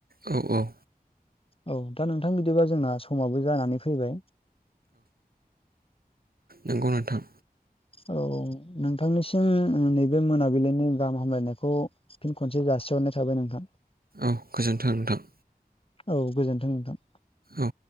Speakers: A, on the right; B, on the left.
A: औ औ
B: औ दा नोंथां बिदिबा जोंना समाबो जानानै फैबाय
A: नोंगौ नोंथां
B: औ नोंथांनिसिम नैबे मोनाबिलिनि गाहाम हामलायनायखौ फिन खनसे जासिहरनाय थाबाय नोंथां
A: औ गोजोन्थों नोंथां
B: औ गोजोन्थों नोंथां
A: औ